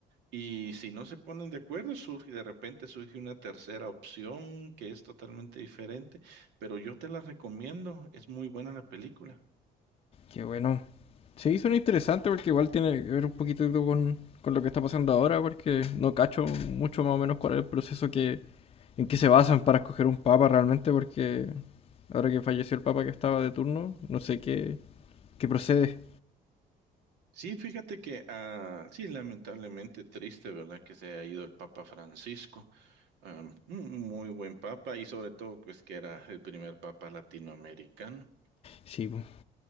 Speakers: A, on the right; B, on the left.
A: Y si no se ponen de acuerdo, surge, de repente surge una tercera opción que es totalmente diferente, pero yo te la recomiendo, es muy buena la película.
B: Qué bueno. Sí, suena interesante porque igual tiene que ver un poquito con, con lo que está pasando ahora, porque no cacho mucho más o menos cuál es el proceso que, en que se basan para escoger un papa realmente, porque ahora que falleció el papa que estaba de turno, no sé qué, qué procede.
A: Sí, fíjate que, ah, sí, lamentablemente triste, ¿verdad? Que se ha ido el Papa Francisco, ah, un muy buen papa y sobre todo pues que era el primer papa latinoamericano.
B: Sí, po.